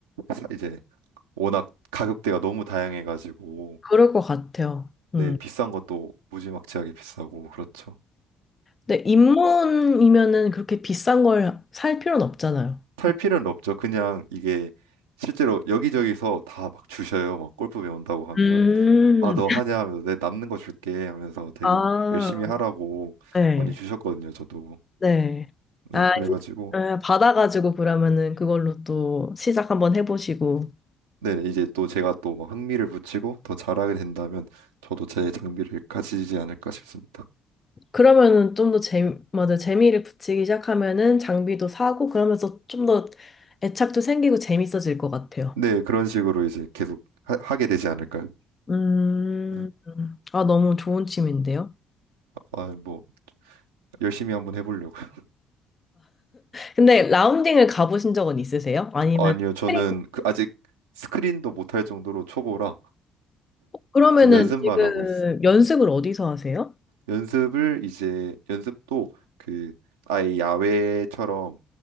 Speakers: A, on the right; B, on the left.
A: 사- 이제 워낙 가격대가 너무 다양해가지고
B: 그럴 것 같아요. 음.
A: 네, 비싼 것도 무지막지하게 비싸고 그렇죠.
B: 근데 입문이면은 그렇게 비싼 걸 살 필요는 없잖아요.
A: 살
B: 그-
A: 필요는 없죠. 그냥 이게 실제로 여기저기서 다 막 주셔요. 막 골프 배운다고 하면
B: 음,
A: 아, 너 하냐 하면서 내 남는 거 줄게 하면서 되게
B: 아,
A: 막 열심히 하라고
B: 네,
A: 많이 주셨거든요, 저도.
B: 네.
A: 네,
B: 아,
A: 그래가지고
B: 이제 아, 받아가지고 그러면은 그걸로 또 시작 한번 해보시고.
A: 네, 네, 이제 또 제가 또 막 흥미를 붙이고 더 잘하게 된다면 저도 제 장비를 가지지 않을까 싶습니다.
B: 그러면은 좀 더 재미, 맞아, 재미를 붙이기 시작하면은 장비도 사고 그러면서 좀 더 애착도 생기고 재밌어질 것 같아요.
A: 네, 그런 식으로 이제 계속 하, 게 되지 않을까요?
B: 음,
A: 네.
B: 아, 너무 좋은 취미인데요.
A: 아, 뭐 열심히 한번 해보려고요. <laughs>
B: 근데 라운딩을 가보신 적은 있으세요? 아니면
A: 아, 니요 저는
B: 스크린?
A: 그 아직 스크린도 못할 정도로 초보라
B: 그러면은
A: 이제 연습만
B: 지금
A: 하고 있어요.
B: 연습을 어디서 하세요?
A: 연습을 이제 연습도 그 아예 야외처럼